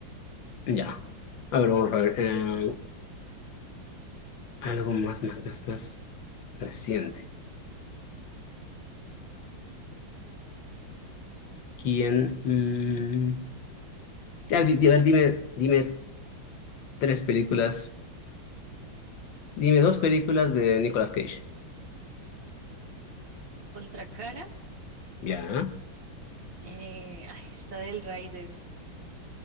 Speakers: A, on the left; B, on the right.
A: Ya. A ver, vamos a ver. eh, algo más, más, más, más reciente. ¿Quién? Mm, ya, di- di- a ver, dime, dime tres películas. Dime dos películas de Nicolas Cage.
B: Contra cara,
A: Ya.
B: eh, ay, está del Rider.